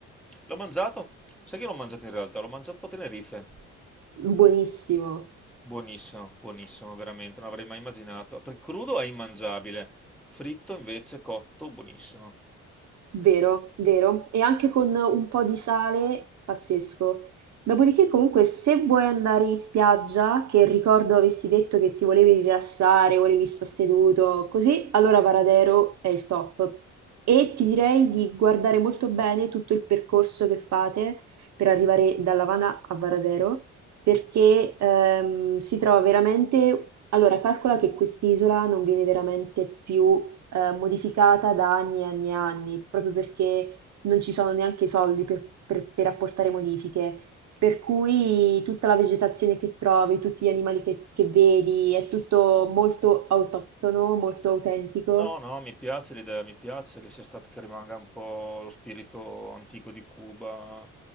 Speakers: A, in the centre; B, on the right (about 65°).
A: L'ho mangiato? Sai che l'ho mangiato in realtà? L'ho mangiato a Tenerife.
B: Buonissimo.
A: Buonissimo, buonissimo, veramente, non avrei mai immaginato. Per crudo è immangiabile, fritto invece cotto, buonissimo.
B: Vero, vero. E anche con un po' di sale, pazzesco. Dopodiché, comunque, se vuoi andare in spiaggia, che ricordo avessi detto che ti volevi rilassare, volevi stare seduto, così, allora Varadero è il top. E ti direi di guardare molto bene tutto il percorso che fate per arrivare da Lavana a Varadero, perché ehm, si trova veramente... Allora, calcola che quest'isola non viene veramente più eh, modificata da anni e anni e anni, proprio perché non ci sono neanche i soldi per, per- per apportare modifiche. Per cui tutta la vegetazione che trovi, tutti gli animali che, che vedi, è tutto molto autoctono, molto autentico
A: No, no, mi piace l'idea, mi piace che sia stato, che rimanga un po' lo spirito antico di Cuba.